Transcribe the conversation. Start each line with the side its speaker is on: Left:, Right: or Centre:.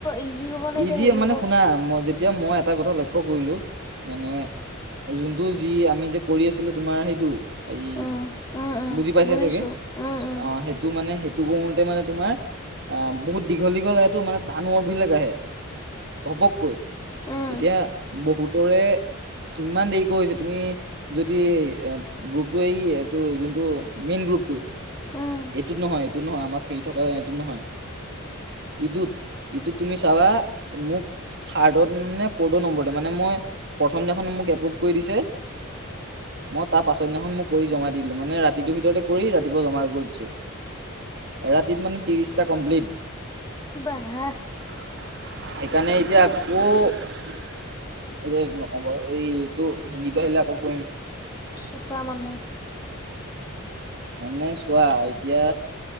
Left: ইজি হ'ব নে এতিয়া
Right: ইজিয়ে
Left: হেৰি
Right: মানে
Left: হ'ব
Right: শুনা মই য এতিয়া মই এটা কথা লক্ষ্য কৰিলো মানে যোনটো যি আমি যে কৰি আছিলো তোমাৰ সেইটো এই
Left: উম উম উম
Right: বুজি পাইছাই
Left: বুজিছোঁ
Right: চাগে?
Left: উম উম
Right: অ, সেইটো মানে সে ইটো কৰোতে মানে তোমাৰ আহ বহুত দীঘল দীঘল সেটো মানে টান ৱৰ্ডবিলাক আহে। ঘপককৈ,
Left: উম
Right: এতিয়া
Left: উম।
Right: বহুতৰে কিমান দেৰিকৈ হৈছে তুমি যদি এই গ্ৰুপটো এই এইটো যোনটো মেইন গ্ৰুপটো
Left: উম,
Right: এইটোত নহয়, এইটোত নহয় আমাৰ ফ্ৰী থকা এইটোত নহয়। ইটোত। ইটোত তুমি চাবা মোক থাৰ্ডত নে ফৰ্থত নম্বৰতে মানে মই প্ৰথমদিনাখন মোক এপপ্ৰোভ কৰি দিছে মই তাৰ পাছৰদিনাখন মই কৰি জমা দিলো, মানে ৰাতিটোৰ ভিতৰতে কৰি ৰাতিপুৱা জমা কৰি দিছো। এৰাতিত মানে ত্ৰিশটা কমপ্লিট।
Left: ৱাহ!
Right: সেইকাৰণে এতিয়া আকৌ এতিয়া নকৰো বাৰু এইটো হিন্দীটো আহিলে আকৌ কৰিম।
Left: চোকা মানুহ।
Right: মানে চোৱা এতিয়া